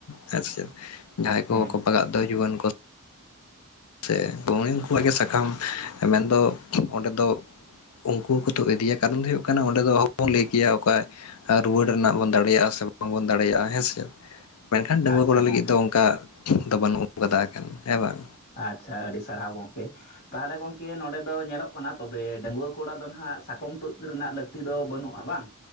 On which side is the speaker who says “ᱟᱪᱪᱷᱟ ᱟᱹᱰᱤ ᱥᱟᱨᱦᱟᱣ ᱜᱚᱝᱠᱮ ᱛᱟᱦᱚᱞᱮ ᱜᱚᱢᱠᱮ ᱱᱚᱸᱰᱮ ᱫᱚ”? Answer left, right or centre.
Left